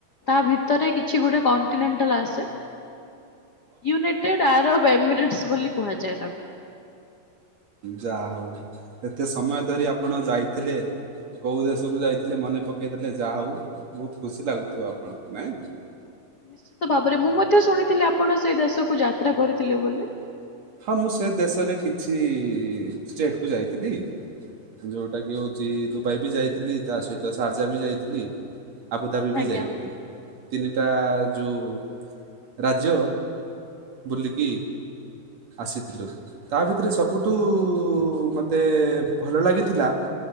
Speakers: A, on the left; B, on the right.
A: ତା ଭିତରେ କିଛି ଗୋଟେ କଣ୍ଟିନେଣ୍ଟାଲ ଆସେ ୟୁନାଇଟେଡ ଆରବ ଏମିରେଟସ ବୋଲି କୁହାଯାଏ ତାକୁ।
B: ଯାହଉ, ଏତେ ସମୟ ଧରି ଆପଣ ଯାଇଥିଲେ କୋଉ ଦେଶକୁ ଯାଇଥିଲେ ମନେ ପକେଇଦେଲେ, ଯାହଉ ବହୁତ ଖୁସି ଲାଗୁଥିବ ଆପଣଙ୍କୁ ନାଇଁ?
A: ନିଶ୍ଚିତ ଭାବରେ, ମୁଁ ମଧ୍ୟ ଶୁଣିଥିଲି ଆପଣ ସେଇ ଦେଶକୁ ଯାତ୍ରା କରିଥିଲେ ବୋଲି।
B: ହଁ ମୁଁ ସେ ଦେଶରେ କିଛି ଷ୍ଟେଟକୁ ଯାଇଥିଲି ଯୋଉଟା କି ହଉଛି ଦୁବାଇ ବି ଯାଇଥିଲି, ତା ସହିତ ସାରଜା ବି ଯାଇଥିଲି ଆବୁଧାବି ବି
A: ଆଜ୍ଞା।
B: ଯାଇଥିଲି। ତିନିଟା ଯୋଉ ରାଜ୍ୟ ବୁଲିକି ଆସିଥିଲୁ। ତା ଭିତରେ ସବୁଠୁ ମୋତେ ଭଲ ଲାଗିଥିଲା